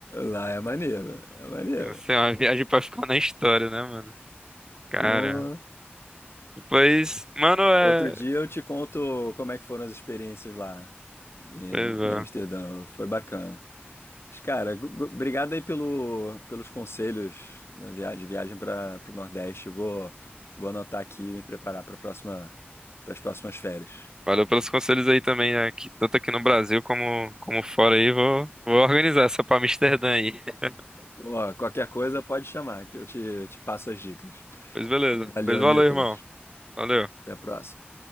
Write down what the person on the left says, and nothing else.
Lá é maneiro, é maneiro.
Pô,
outro dia eu te conto como é que foram as experiências lá em
em Amsterdã. Foi bacana. Mas, cara, gu- gu- obrigado aí pelo, pelos conselhos na viagem, de viagem para o Nordeste. Vou, vou anotar aqui e me preparar para próxima, para as próximas férias.
Pô, qualquer coisa pode chamar, que eu te, te passo as dicas.
Valeu,
Nicolas.
Até a próxima.